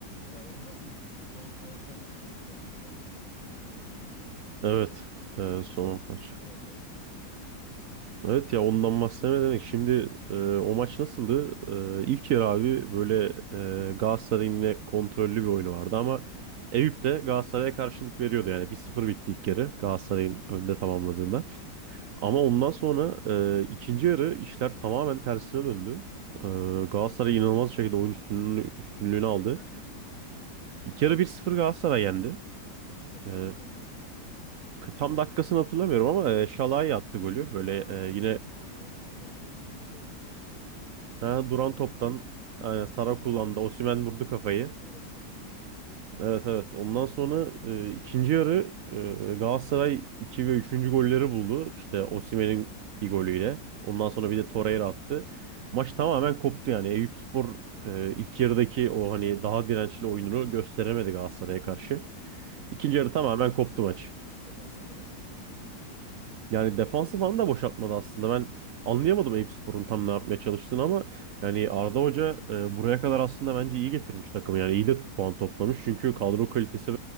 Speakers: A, on the left (about 25°); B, on the right (about 70°).
A: Ya Onuran bu son Galatasaray-Eyüp maçı vardı. Galatasaray'ın deplasmanda oynadı.
B: Evet.
A: Onu konuşamadık
B: Ee, son
A: seninle. Nasıldı
B: maç.
A: Galatasaray o maçta?
B: Evet ya ondan bahsetme demek. Şimdi e, o maç nasıldı? E, ilk yarı abi böyle e, Galatasaray'ın yine kontrollü bir oyunu vardı ama Eyüp de Galatasaray'a karşılık veriyordu. Yani bir sıfır bitti ilk yarı Galatasaray'ın
A: Hmm.
B: önde tamamladığında.
A: Hmm.
B: Ama ondan sonra e, ikinci yarı işler tamamen tersine döndü. E, Galatasaray inanılmaz bir şekilde oyun üstünlüğünü, üstünlüğünü
A: İkili
B: aldı.
A: kaç kaçtı?
B: İlk yarı bir sıfır Galatasaray yendi.
A: Kaçını da kadattı
B: E,
A: Galatasaray?
B: Tam dakikasını hatırlamıyorum ama e, Şalay attı golü. Böyle
A: Ha, yedi.
B: e, yine
A: Tamam gördüm onu ben gördüm. 25 falandı galiba. Ortalarında.
B: Ha, duran toptan aynen Sara
A: Aha,
B: kullandı.
A: onu gördüm
B: Osimhen
A: ben. Tamam.
B: vurdu
A: ilk
B: kafayı.
A: yarı bir 0 Doğru hatırladım şimdi.
B: Evet evet. Ondan sonra e, ikinci yarı e, Galatasaray 2 ve üçüncü golleri buldu. İşte Osimhen'in bir golüyle. Ondan sonra bir de Torreira attı.
A: Hı.
B: Maç tamamen koptu yani. Eyüpspor e, ilk yarıdaki o hani daha dirençli oyununu gösteremedi Galatasaray'a karşı.
A: 3-0'dan
B: İkinci
A: sonra
B: yarı tamamen koptu maç.
A: defansın falan mı boşalttı?
B: Yani defansı falan da boşaltmadı aslında. Ben anlayamadım Eyüpspor'un tam ne yapmaya çalıştığını ama yani Arda Hoca e, buraya kadar aslında bence iyi getirmiş takımı. Yani iyi de puan toplamış. Çünkü kadro kalitesi